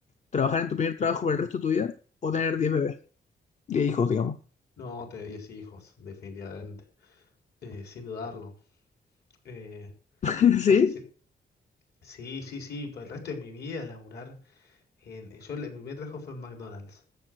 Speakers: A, on the left; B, on the left.
A: ¿Trabajar en tu primer trabajo por el resto de tu vida o tener 10 bebés? diez hijos, digamos.
B: No, te 10 hijos, definitivamente. Eh, sin dudarlo. Eh,
A: <laughs>
B: Des-
A: Sí,
B: sí, sí, sí, sí, por el resto de mi vida laburar en... Yo, el- mi primer trabajo fue en McDonald's.